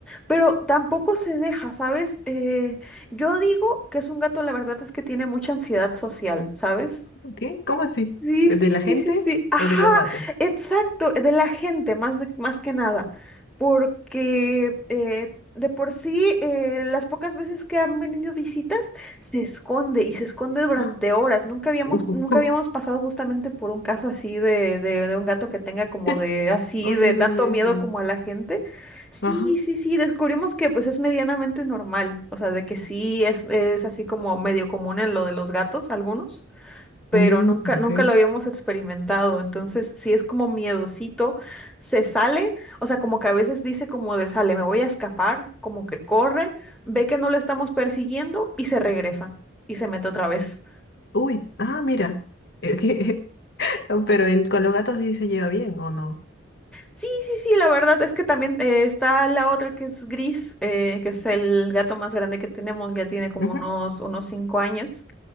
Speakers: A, in the centre; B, on the left (about 55°).
A: Pero tampoco se deja, ¿sabes? Eh, yo digo que es un gato, la verdad es que tiene mucha ansiedad social, ¿sabes?
B: ¿Qué? ¿Cómo así?
A: Sí,
B: ¿De
A: sí,
B: la
A: sí,
B: gente
A: sí, sí. Ajá,
B: o de los gatos?
A: exacto, de la gente, más, de- más que nada, porque eh, de por sí, eh, las pocas veces que han venido visitas, se esconde y se esconde durante
B: ¡Ah!
A: horas. Nunca habíamos,
B: Uh,
A: nunca habíamos pasado justamente por un caso así de, de, de un gato que tenga como
B: <laughs>
A: de así,
B: Uy,
A: de
B: no sabía
A: tanto miedo
B: eso.
A: como a la gente. Sí,
B: Ajá.
A: sí, sí, descubrimos que pues es medianamente normal, o sea, de que sí es, es así como medio común en lo de los gatos, algunos pero
B: Uy,
A: nunca, nunca
B: ok.
A: lo habíamos experimentado. Entonces, sí es como miedosito, se sale, o sea, como que a veces dice como de sale, me voy a escapar, como que corre, ve que no lo estamos persiguiendo y se regresa y se mete otra vez.
B: Uy, ah, mira. Eh, que- <laughs> Pero en- con los gatos sí se lleva bien, ¿o no?
A: Sí, sí, sí, la verdad es que también eh, está la otra que es gris, eh, que es el gato más grande que tenemos, ya tiene como
B: Ujú.
A: unos, unos cinco años